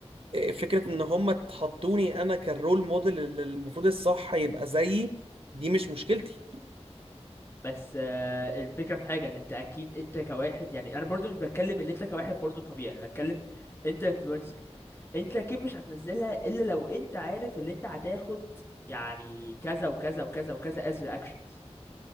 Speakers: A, on the right (about 55°); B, on the left (about 25°).
A: فكره ان هم تحطوني انا كالرول موديل اللي المفروض الصح يبقى زيي دي مش مشكلتي
B: بس آه، الفكرة في حاجة ان انت اكيد انت كواحد يعني انا برضو مش بتكلم ان انت كواحد برضو طبيعي انا بتكلم انت انفلونسر انت اكيد مش هتنزلها الا لو انت عارف ان انت هتاخد يعني كذا وكذا وكذا وكذا as reactions